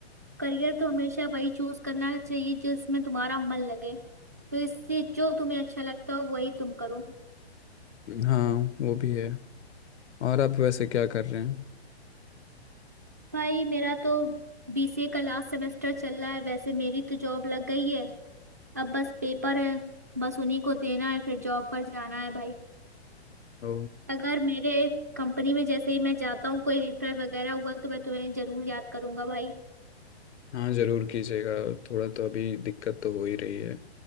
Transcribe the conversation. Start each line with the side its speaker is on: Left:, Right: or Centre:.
Right: करियर तो हमेशा वही चूज करना चाहिए जिसमें तुम्हारा मन लगे तो इससे जो तुम्हें अच्छा लगता हो वही तुम करो
Left: हाँ वो भी है और आप वैसे क्या कर रहे हैं
Right: भाई मेरा तो बीसीए का लास्ट सेमेस्टर चल रहा है वैसे मेरी तो जॉब लग गई है अब बस पेपर है बस उन्हीं को देना है फिर जॉब पर जाना है भाई
Left: ओ
Right: अगर मेरे कंपनी में जैसे ही मैं जाता हूँ कोई रेफर वगैरह हुआ तो मैं तुम्हें जरूर याद करूंगा भाई
Left: हाँ जरूर कीजिएगा थोड़ा तो अभी दिक्कत तो हो ही रही है